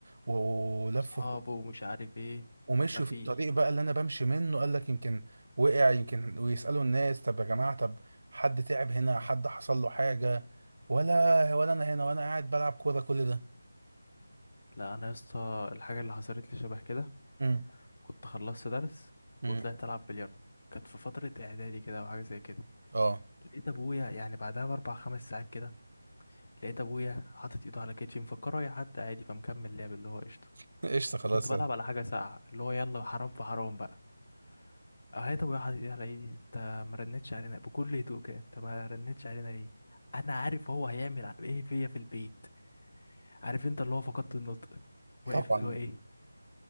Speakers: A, on the right (about 60°); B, on the left (about 40°).
A: و... ولفوا
B: وصحابه ومش عارف ايه
A: ومشوا
B: ما في
A: في الطريق بقى اللي انا بمشي منه قال لك يمكن وقع يمكن ويسالوا الناس طب يا جماعه طب حد تعب هنا حد حصل له حاجه ولا ولا انا هنا وانا قاعد بلعب كوره كل ده
B: لا انا يا اسطى الحاجه اللي حصلت لي شبه كده
A: امم
B: كنت خلصت درس
A: امم
B: وطلعت العب بلياردو كانت في فتره اعدادي كده او حاجه زي كده
A: اه
B: لقيت ابويا يعني بعدها باربع خمس ساعات كده لقيت ابويا حاطط ايده على كتفي مفكره رايح حتى عادي فمكمل لعب اللي هو قشطه
A: <laughs> قشطه خلاص
B: وكنت بلعب على حاجه ساقعه اللي هو يلا حرام في حرام بقى اه طب يا حبيبي يا لعيدي انت ما رنتش علينا بكل هدوء كده انت ما رنتش علينا ليه انا عارف هو هيعمل ع- ايه فيا في البيت عارف انت اللي هو فقدت النطق واقف
A: طبعا
B: اللي هو ايه